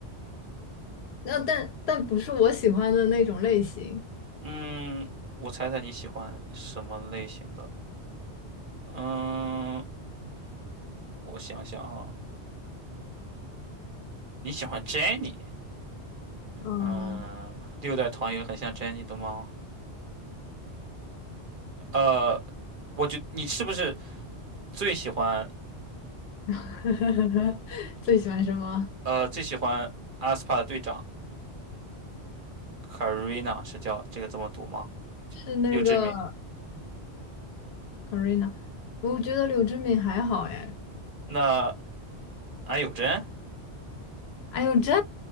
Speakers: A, on the left; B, on the right.
A: 那但但不是我喜欢的那种类型。
B: 嗯，我猜猜你喜欢什么类型的？嗯。我想想啊，你喜欢 j e n n i
A: 嗯，
B: 嗯，六代团有很像 j e n n i 的吗？呃，我觉你是不是最喜欢
A: <laughs> 最喜欢什么？
B: 呃最喜欢阿斯帕的队长 Karina 是叫这个这么读吗？
A: 是那个
B: 六之敏，
A: Karina，我觉得柳智敏还好哎。
B: 那安有真
A: 哎呦这，